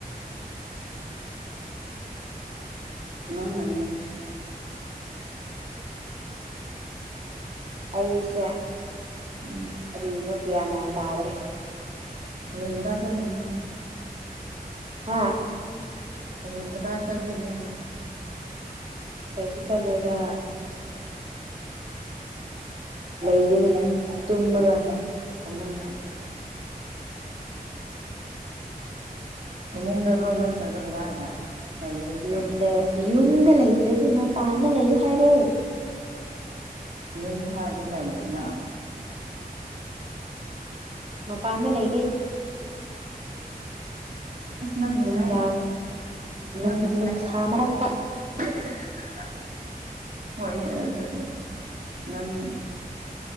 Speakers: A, on the right; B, on the right.
A: ꯅꯪ ꯅꯅꯦ
B: ꯑꯩꯁꯦ
A: ꯎꯝ
B: ꯀꯔꯤꯅꯣ ꯒꯌꯥꯟꯃꯦꯟ ꯇꯥꯗ꯭ꯔꯦ
A: ꯍꯩꯌ‌ꯦꯡ ꯀꯗꯥꯏ ꯆꯠꯇ‌ꯣꯏꯅꯣ
B: ꯍꯨꯝ
A: ꯍꯌꯦꯡ ꯀꯗꯥꯏ ꯆꯠꯇꯣꯏꯅꯣ
B: ꯀꯩꯁꯨ ꯆꯠꯂꯣꯏꯗ ꯂꯩꯒꯅꯤ ꯇꯨꯝꯃꯒ
A: ꯐꯃꯨꯡ ꯐꯃꯨꯡꯅ ꯐꯃꯨꯡꯗꯔꯣ ꯅꯠꯇ꯭ꯔꯒ ꯀꯗꯥꯏꯗ ꯂꯩꯒꯗꯣꯏꯁꯦ
B: ꯌꯨꯝꯗ ꯌꯨꯝꯗ ꯂꯩꯗ꯭ꯔꯗꯤ ꯃꯄꯥꯟꯗ ꯂꯩꯌꯨ ꯍꯥꯏꯕ꯭ꯔꫭ
A: ꯌꯨꯝꯗ ꯍꯥꯔꯗꯤ ꯂꯩꯗꯅ
B: ꯃꯄꯥꯟꯗ ꯂꯩꯒꯦ
A: ꯑꯁ ꯅꯪ ꯉꯁꯥꯏ
B: ꯅꯨꯡꯗꯥꯡ ꯅꯨꯡ
A: ꯅꯪ ꯉꯁꯥꯏ
B: ꯅꯨꯡꯁꯥ ꯃꯔꯛꯇ
A: <unintelligible> ꯍꯣꯏꯅꯦ ꯑꯗꯨ ꯅꯪ